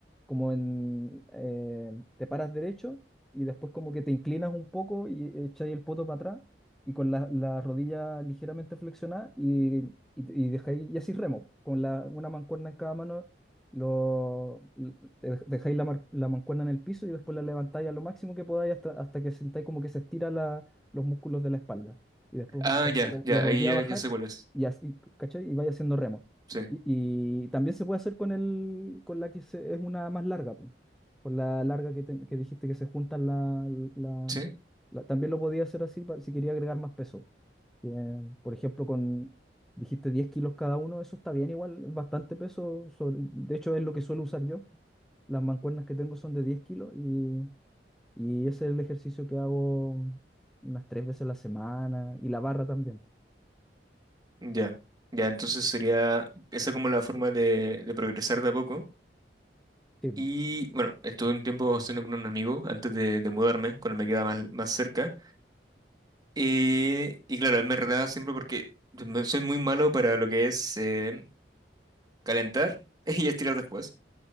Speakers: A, in the centre; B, on the right (about 25°).
A: como en, eh, te paras derecho y después como que te inclinas un poco y echáis el poto para atrás y con la, la rodilla ligeramente flexionada y, y, y dejáis, y así remo, con la, una mancuerna en cada mano lo, te dej- dejáis la, mar- la mancuerna en el piso y después la levantáis a lo máximo que podáis hasta, hasta que sintáis como que se estira la- los músculos de la espalda. Y después
B: Ah,
A: los lo,
B: ya,
A: lo-
B: ya,
A: lo volví
B: ahí
A: a
B: ya,
A: bajar
B: ya sé cuál es.
A: y así, ¿cachai? Y vais haciendo remo.
B: Sí,
A: Y, y también se puede hacer con el, con la que se- es una más larga, po. Con la larga que, te- que dijiste que se juntan la, la-
B: sí,
A: la- también lo podía hacer así pa- si quería agregar más peso. Que, por ejemplo, con, dijiste 10 kilos cada uno, eso está bien igual, es bastante peso. sobre- de hecho, es lo que suelo usar yo. Las mancuernas que tengo son de 10 kilos y, y ese es el ejercicio que hago unas tres veces a la semana y la barra también.
B: ya. Ya, entonces sería esa como la forma de, de progresar de a poco.
A: Sí, po.
B: Y bueno, estuve un tiempo haciendo con un amigo antes de, de mudarme, cuando me quedaba más, más cerca. Eh, y claro, él me retaba siempre porque me- soy muy malo para lo que es eh, calentar <laughs> y estirar después.